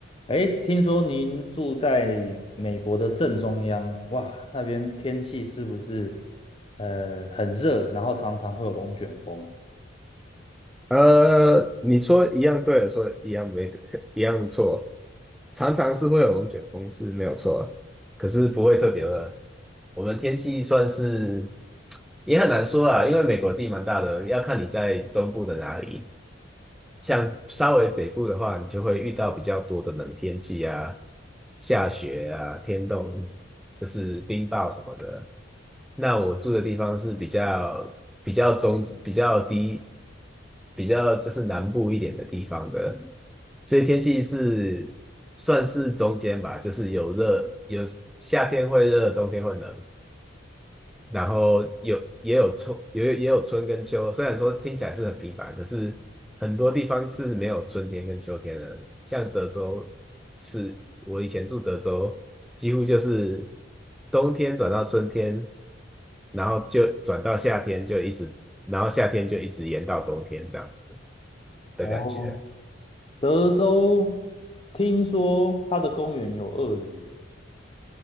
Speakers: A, on the left; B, in the centre.
A: 哎，听说您住在美国的正中央，哇，那边天气是不是呃很热，然后常常会有龙卷风啊
B: 呃，你说一样对，说一样没，<laughs> 一样错，常常是会有龙卷风是没有错，可是不会特别的。我们天气算是也很难说啊，因为美国地蛮大的，要看你在中部的哪里。像稍微北部的话，你就会遇到比较多的冷天气啊，下雪啊，天冻，就是冰雹什么的。那我住的地方是比较比较中比较低，比较就是南部一点的地方的，所以天气是算是中间吧，就是有热，有夏天会热，冬天会冷，然后有也有春，也有也有春跟秋。虽然说听起来是很平凡，可是很多地方是没有春天跟秋天的。像德州是，我以前住德州，几乎就是冬天转到春天，然后就转到夏天，就一直，然后夏天就一直延到冬天这样子的感觉。
A: 哦，德州听说它的公园有鳄鱼耶，